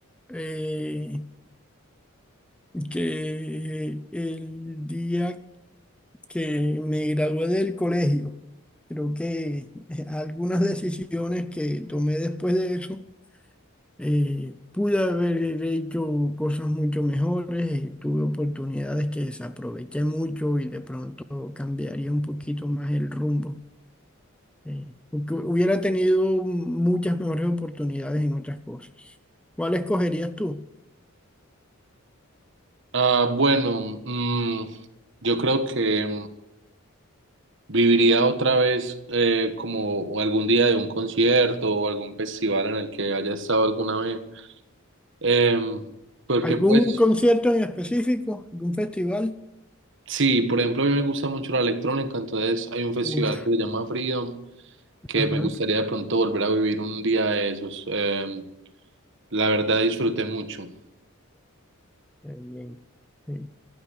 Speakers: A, in the centre; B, on the right.
A: eh, que el día que me gradué del colegio. Creo que <laughs> eh, algunas decisiones que tomé después de eso, eh, pude haber hecho cosas mucho mejores, eh, tuve oportunidades que desaproveché mucho y de pronto cambiaría un poquito más el rumbo, eh, porque hubiera tenido muchas mejores oportunidades en otras cosas. ¿Cuál escogerías tú?
B: Ah, bueno, mm, yo creo que ¿Viviría otra vez eh, como o algún día de un concierto o algún festival en el que haya estado alguna vez? Em, porque
A: ¿Algún
B: pues
A: concierto en específico? ¿Algún festival?
B: sí, por ejemplo, a mí me gusta mucho la electrónica, entonces hay un festival
A: Uf,
B: que se llama Freedom, que
A: ajá,
B: me gustaría de pronto volver a vivir un día de esos. Em, la verdad disfruté mucho.
A: qué bien. Sí.